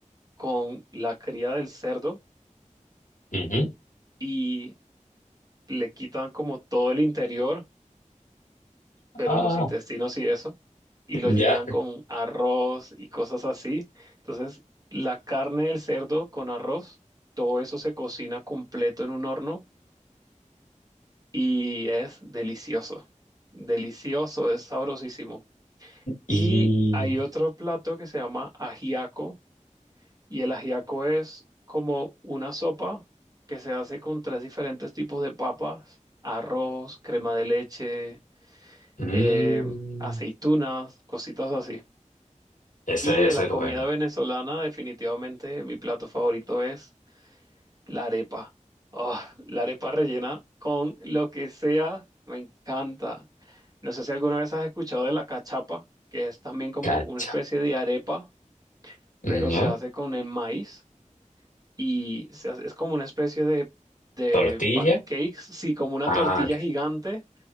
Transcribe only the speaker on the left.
Ujú.
Ah,
<laughs>
ya.
Y...
mm,
ese
debe
ser
bueno.
Cacha.
¿Ya?
Tortilla.
Ah,
que-